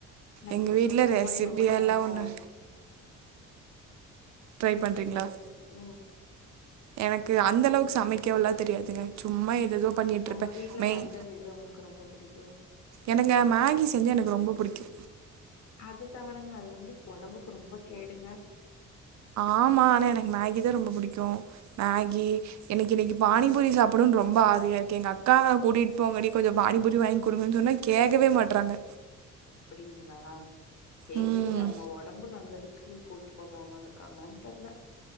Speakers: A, on the left; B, on the right.
A: நா
B: எங்க
A: குக்
B: வீட்ல
A: வித் கோமளில
B: ரெசிபி
A: போய்
B: எல்லா
A: நானு
B: ஒன்னு ட்ரை
A: நெக்ஸ்ட்
B: பண்றீங்களா
A: இது அதும் ம்
B: எனக்கு அந்த அளவுக்கு சமைக்கவல்லா தெரியாதுங்க சும்மா எது எதோ பண்ணிட்ருப்ப
A: உங்க வீட்ல
B: மெயின்
A: பண்றது எது உங்களுக்கு ரொம்ப பிடிக்கும்?
B: எனக்கு மேகி செஞ்சா எனக்கு ரொம்போ புடிக்கு
A: அது தவுரங்க அது வந்து ஒடம்புக்கு ரொம்ப கேடுங்க
B: ஆமா ஆனா எனக்கு மேகி தா ரொம்போ புடிக்கு மேகி எனக்கு இன்னைக்கு பானிபூரி சாப்படுன் ரொம்ப ஆசையா இருக்கு எங்க அக்காவ் கூட்டிட் போங்கடி கொஞ்சோ பானிபூரி வாங்கி குடுங்க சொன்னா கேக்கவே மாட்றாங்க
A: அப்டிங்களா சேர்
B: ம்
A: சேரி அவுங்க ஒடம்பு நல்லதுக்கு கூட்டு போகாம இருக்காங்கன் தெர்ல